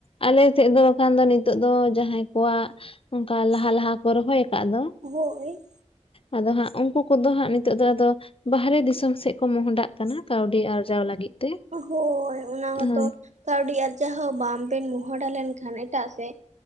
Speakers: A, on the left; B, on the right.
A: ᱟᱞᱮᱥᱮᱫ ᱫᱚ ᱵᱟᱠᱷᱟᱱ ᱫᱚ ᱱᱤᱛᱳᱜ ᱫᱚ ᱡᱟᱦᱟᱸᱭ ᱠᱚᱣᱟᱜ ᱚᱝᱠᱟ ᱞᱟᱦᱟ ᱞᱟᱦᱟ ᱠᱚ ᱨᱚᱦᱚᱭ ᱟᱠᱟᱫ ᱫᱚ
B: ᱦᱳᱭ
A: ᱟᱫᱚ ᱦᱟᱸᱜ ᱩᱝᱠᱩ ᱠᱚᱫᱚ ᱦᱟᱸᱜ ᱱᱤᱛᱳᱜ ᱫᱚ ᱟᱫᱚ ᱵᱟᱦᱨᱮ ᱫᱤᱥᱚᱢ ᱥᱮᱜ ᱠᱚ ᱢᱚᱦᱚᱰᱟᱜ ᱠᱟᱱᱟ ᱠᱟᱹᱣᱰᱤ ᱟᱨᱡᱟᱣ ᱞᱟᱹᱜᱤᱫ᱾ ᱛᱮ
B: ᱦᱳᱭ ᱚᱱᱟ ᱦᱚᱸᱛᱚ
A: ᱦᱳᱭ
B: ᱠᱟᱹᱣᱰᱤ ᱟᱨᱡᱟᱣ ᱦᱚᱸ ᱵᱟᱢᱵᱮᱱ ᱢᱚᱦᱚᱰᱟ ᱞᱮᱱᱠᱷᱟᱱ ᱮᱴᱟᱜ ᱥᱮᱫ